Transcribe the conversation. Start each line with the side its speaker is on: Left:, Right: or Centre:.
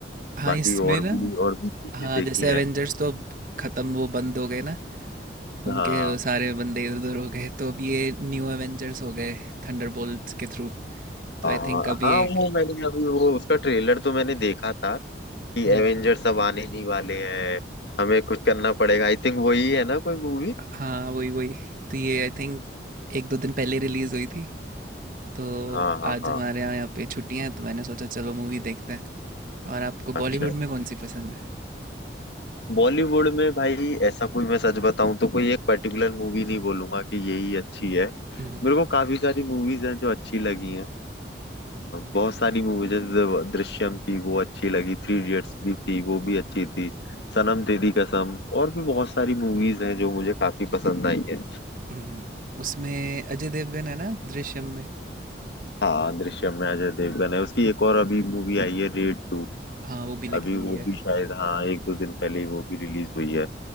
Right: हाँ
Left: बाकी
Right: इसमें
Left: और
Right: ना
Left: भी और भी चीजें
Right: हाँ
Left: देखी
Right: जैसे एवेंजर्स
Left: हैं
Right: तो अब खत्म वो बंद हो गए ना उनके
Left: हाँ
Right: वो सारे बंदे इधर उधर हो गए तो अब ये न्यू एवेंजर्स हो गए थंडरबोल्ट्स के थ्रू तो
Left: हाँ
Right: आई थिंक अभी
Left: हाँ वो
Right: एक
Left: मैंने अभी वो उसका ट्रेलर तो मैंने देखा था कि
Right: हम्म,
Left: एवेंजर सब आने ही वाले हैं हमें कुछ करना पड़ेगा आई थिंक वही है ना कोई मूवी
Right: हाँ वही वही तो ये आई थिंक एक दो दिन पहले रिलीज हुई थी तो
Left: हाँ हाँ
Right: आज
Left: हाँ
Right: हमारे यहाँ यहाँ पे छुट्टियां हैं तो मैंने सोचा चलो मूवी देखते हैं और आपको
Left: अच्छा
Right: बॉलीवुड में कौन सी पसंद है
Left: बॉलीवुड में भाई ऐसा कोई मैं सच बताऊं तो कोई एक पर्टिकुलर मूवी नहीं बोलूंगा कि यही अच्छी है
Right: हम्म,
Left: मेरे को काफी सारी मूवीज हैं जो अच्छी लगी हैं अ, बहुत सारी मूवीज जैसे दृश्यम थी वो अच्छी लगी थ्री इडियट्स भी थी वो भी अच्छी थी सनम तेरी कसम और भी बहुत सारी मूवीज हैं जो मुझे काफी पसंद आई है
Right: हम्म, उसमें अजय देवगन है ना दृश्यम में
Left: हाँ दृश्यम में अजय देवगन है उसकी एक और अभी मूवी आई है रेड टू
Right: हाँ वो भी लगी
Left: अभी
Right: हुई
Left: वो
Right: है
Left: भी शायद हाँ एक दो दिन पहले ही वो भी रिलीज हुई है